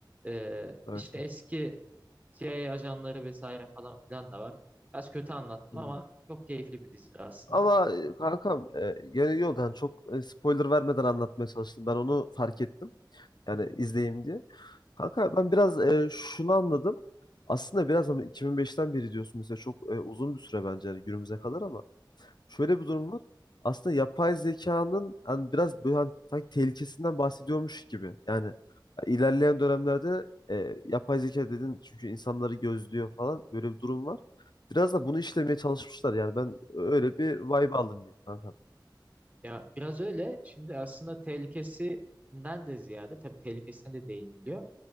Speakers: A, on the right (about 20°); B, on the left (about 60°).
A: Ee,
B: Evet
A: işte
B: evet.
A: eski CIA ajanları vesaire falan filan da var. Biraz kötü anlattım
B: Hı.
A: ama çok keyifli bir dizidir aslında.
B: Ama e, kankam e, yani yok yani çok e, spoiler vermeden anlatmaya çalıştım. Ben onu fark ettim. Yani
A: Hı.
B: izleyeyim diye. Kanka ben biraz e, şunu anladım. Aslında biraz ama 2005'ten beri diyorsun mesela çok e, uzun bir süre bence yani günümüze kadar ama şöyle bir durum var. Aslında yapay zekanın hani biraz böyle hani sanki tehlikesinden bahsediyormuş gibi. Yani e, ilerleyen dönemlerde e, yapay zeka dedin çünkü insanları gözlüyor falan böyle bir durum var. Biraz da bunu işlemeye çalışmışlar. Yani ben öyle bir vibe aldım diyeyim kankam.
A: Ya biraz öyle. Şimdi aslında tehlikesinden de ziyade tabii tehlikesine de değiniliyor.